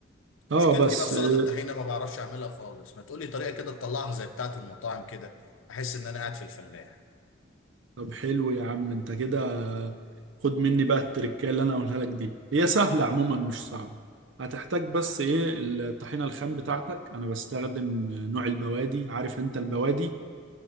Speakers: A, on the left; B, on the right.
A: مشكلتي
B: اه بس
A: بقى في سلطه
B: آه،
A: الطحينه ما بعرفش اعملها خالص ما تقولي طريقه كده تطلعها زي بتاعه المطاعم كده احس ان انا قاعد في الفلاح
B: طب حلو يا عم انت كده خد مني بقى التركية اللي انا اقولها لك دي هي سهلة عموما مش صعبة هتحتاج بس ايه الطحينة الخام بتاعتك انا بستخدم نوع البوادي عارف انت البوادي